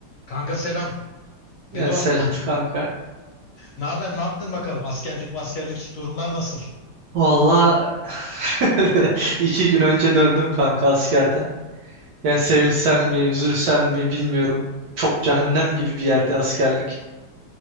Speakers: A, on the left; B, on the right.
A: Kanka selam.
B: Ya
A: Bedo.
B: selam kanka.
A: Ne haber? Ne yaptın bakalım? Askerlik, askerlik durumlar nasıl?
B: Valla <laughs> iki gün önce döndüm kanka askerden. Yani sevinsem mi, üzülsem mi bilmiyorum. Çok cehennem gibi bir yerde askerlik.